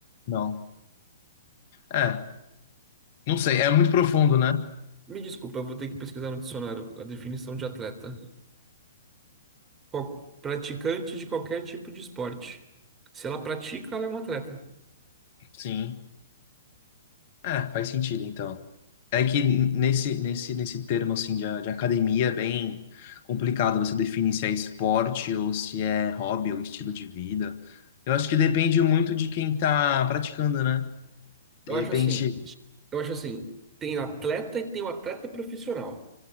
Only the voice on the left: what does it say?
não. É, não sei, é muito profundo, né?
Sim. Ah, faz sentido então. É que nesse, nesse, nesse termo assim de, de academia é bem complicado você definir se é esporte ou se é hobby ou estilo de vida. Eu acho que depende muito de quem tá praticando, né? De
repente,